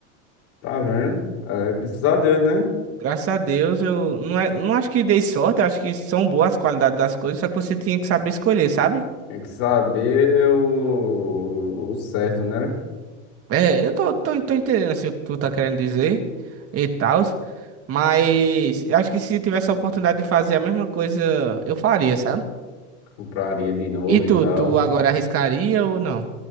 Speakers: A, on the left (about 75°); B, on the right (about 40°).
A: Tá vendo? É, graças a Deus, né?
B: Graças a Deus, eu não, é- não acho que dei sorte, eu acho que são boas as qualidades das coisas, só que você tinha que saber escolher, sabe?
A: Tem que saber o, o certo, né?
B: É, eu tô, tô, tô entendendo assim, o que tu tá querendo dizer e tal, mas eu acho que se tivesse a oportunidade de fazer a mesma coisa, eu faria, sabe?
A: Compraria de novo
B: E
A: e
B: tu,
A: tal.
B: tu agora arriscaria ou não?